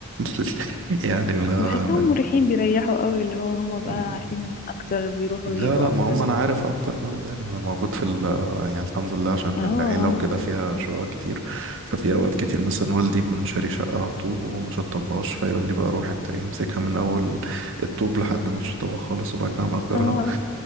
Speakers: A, on the right; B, on the left.
A: <laughs> يعني ما
B: بحسهم مريحين بيريحوا قوي اللي هو هم بقى
A: من
B: عارفين اكتر بيروحوا
A: لا
B: ويجوا
A: لا
B: اكتر
A: ما هم انا عارف اكتر برضه يعني انا موجود في ال آه، يعني الحمد لله عشان
B: اه اه
A: العيله وكده فيها شقق كتير ففي اوقات كتير مثلا والدي يكون شاري شقه على الطوب وما شطبهاش فيقول لي بقى روح انت ايه امسكها من اول الطوب لحد ما تشطبها خالص وبعد كده مأجرها
B: اه